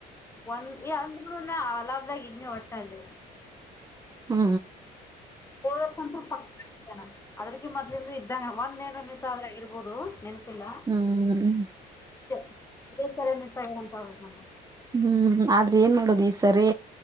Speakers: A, on the left (about 15°); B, on the right (about 20°).
A: ಒಂದ್ ಹೇ ಅಂದುನು ಅಲಾಭ್ದಾಗ ಇದ್ನ ಹೊಟ್ಟಲ್ಲಿ
B: ಹ್ಮ
A: ಓದ ಸ್ಂತಪ ಪಕ್ಕಾನ ಅದ್ರಕ ಮೊದ್ಲಿಂದು ಇದ್ದಂಗ ಒಂದ ಏನ್ ಮಿಸ್ ಆದ್ರ ಇರ್ಬೋದು. ನೆನಪಿಲ್ಲ
B: ಹ್ಮ
A: ಇದೇ ಇದೇ ಸರಿ ಮಿಸ್ ಆಗ್ಯದ ಅಂತ ಆಗ್ಬೇಕ್ ನಂಗ
B: ಹ್ಮ್ ಆದ್ರೆ ಏನ್ ಮಾಡೋದು ಈ. ಸರಿ